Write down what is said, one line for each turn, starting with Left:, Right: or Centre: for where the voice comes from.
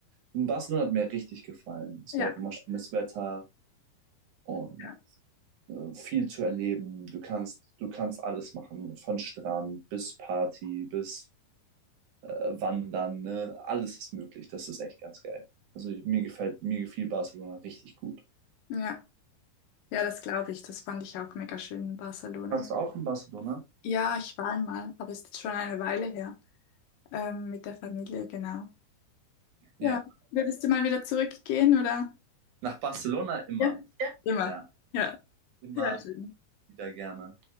Right: Und Barcelona hat mir richtig gefallen. Es
Left: ja,
Right: war auch immer schönes Wetter und
Left: ja.
Right: äh, viel zu erleben. Du kannst, du kannst alles machen, von Strand bis Party, bis äh, Wandern, ne? Alles ist möglich. Das ist echt ganz geil. Also ich- mir gefällt, mir gefiel Barcelona richtig gut.
Left: Ja, ja, das glaube ich. Das fand ich auch mega schön in Barcelona.
Right: Warst du auch in Barcelona?
Left: Ja, ich war einmal, aber ist jetzt schon eine Weile her. Ähm, mit der Familie, genau.
Right: Ja.
Left: Ja, würdest du mal wieder zurückgehen, oder?
Right: Nach Barcelona immer.
Left: Ja, immer.
Right: Ja,
Left: Ja,
Right: immer
Left: sehr schön.
Right: wieder gerne.